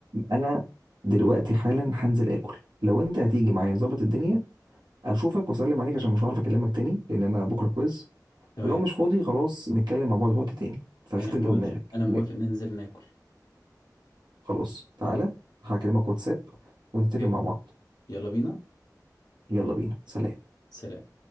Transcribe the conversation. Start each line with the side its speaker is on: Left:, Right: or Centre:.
Right: انا دلوقتي حالا هنزل اكل لو انت هتيجي معايا نظبط الدنيا اشوفك واسلم عليك عشان مش هعرف اكلمك تاني لان انا بكره كويز
Left: تمام
Right: ولو مش فاضي خلاص نتكلم مع بعض في وقت تاني فشوف
Left: انا
Right: انت
Left: موافق
Right: ودماغك
Left: انا موافق ننزل ناكل
Right: خلاص تعالى هكلمك واتساب ونتفق
Left: حلو.
Right: مع بعض
Left: يلا بينا
Right: يلا بينا سلام
Left: سلام